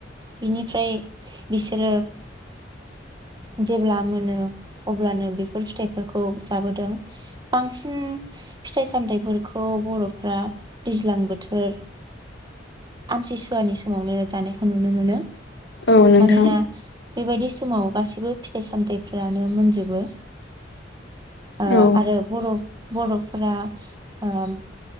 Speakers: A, on the right; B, on the left.
A: बिनिफ्राय बिसोरो जेब्ला मोनो अब्लानो बेफोर फिथाइफोरखौ जाबोदों बांसिन फिथाइ सामथाइफोरखौ खौ बर'फ्रा दैज्लां बोथोर आमथिसुवानि समावनो जानायखौ नुनो मोनो।
B: औ नोंथां
A: मानोना बेबायदि समाव गासैबो फिथाइ सामथायाइफ्रानो मोनजोबो। ओ
B: औ
A: आरो बर' बर'फोरा ओम